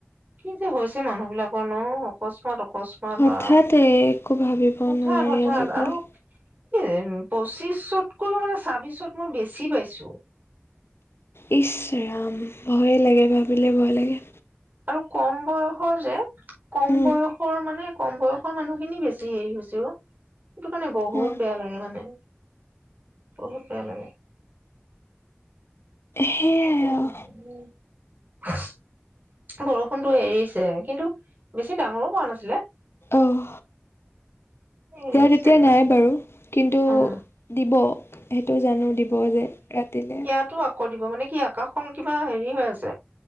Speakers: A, on the right; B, on the left.
A: কি যে হৈছে মানুহ বিলাকৰ ন অকস্মাৎ অকস্মাৎ-
B: হঠাতে
A: <unintelligible> বা
B: একো ভাবিব
A: হঠাৎ
B: নোৱাৰি
A: হঠাৎ
B: আজিকালি
A: আৰু কি ৰেন পঁচিছ চটকৈও মানে চাব্বিশত মই বেছি পাইছো।
B: ইচ ৰাম, ভয়ে লাগে ভাবিলে ভয় লাগে।
A: আৰু কম বয়সৰ যে। কম
B: উম,
A: বয়সৰ মানে কম বয়সৰ মানুহ খিনি বেছি হেৰি হৈছে অ সেইটো কাৰণে বহুত
B: উম,
A: বেয়া লাগে মানে। বহুত বেয়া লাগে। <inaudible>
B: সেয়াই আৰু
A: বৰষুণটো এৰিছে কিন্তু বেছি ডাঙৰো পৰা নাছিলে
B: অঁ
A: এৰিছে
B: ইয়াত এতিয়া
A: মোক
B: নাই বাৰু, কিন্তু
A: উম
B: দিব। হেত টো জানো দিব যে ৰাতিলে,
A: ইয়াতো আকৌ দিব মানে কি আকাশখন কিবা হেৰি হৈ আছে